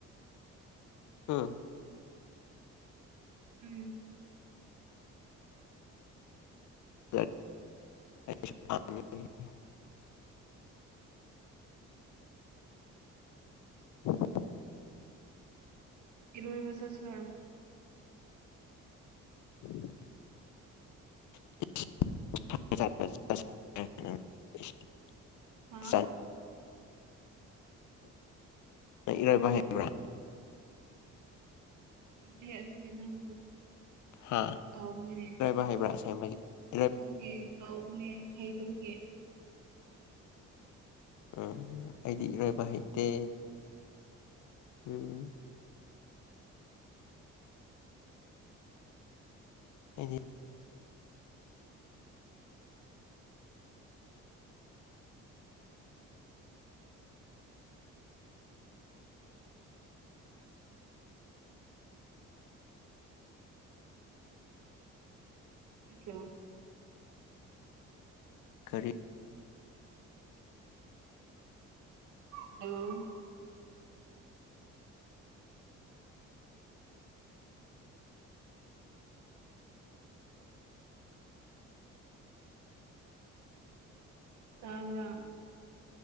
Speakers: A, on the left; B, on the right.
A: ꯎꯝ
B: ꯎꯝ
A: <inaudible> ꯎ <inaudible>
B: ꯏꯔꯣꯏꯕ ꯆꯠꯁꯤꯔꯥ
A: ꯎ <unintelligible> <inaudible>
B: ꯍꯥ
A: ꯆ ꯏꯔꯣꯏꯕ ꯍ <inaudible>
B: ꯍꯩꯇꯦ ꯑꯗꯨꯒꯤ ꯅꯪꯕꯨ
A: ꯍꯥ
B: ꯀꯥꯎꯕꯅꯦ
A: ꯔꯥꯏꯕ ꯍꯥꯏꯕ꯭ꯔꯥꯁꯥꯏ <unintelligible>
B: ꯑꯗꯨꯒꯤ ꯀꯥꯎꯕꯅꯦ ꯍꯩꯇꯕꯒꯤ
A: ꯎꯝ ꯑꯩꯗꯤ ꯏꯔꯣꯏꯕ ꯍꯩꯇꯦ ꯎꯝ ꯑꯩꯗꯤ
B: ꯃꯣ <unintelligible>
A: ꯀꯔꯤ
B: ꯎ <unintelligible> ꯇꯥꯕ꯭ꯔ